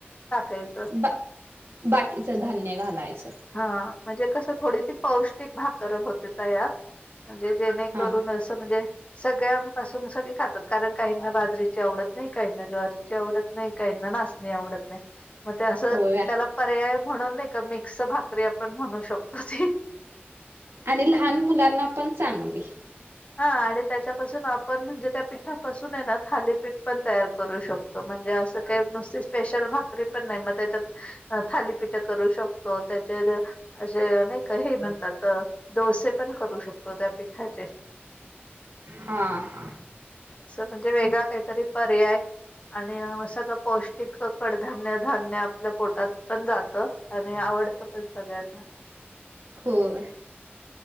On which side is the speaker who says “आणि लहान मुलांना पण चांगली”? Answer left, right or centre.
Right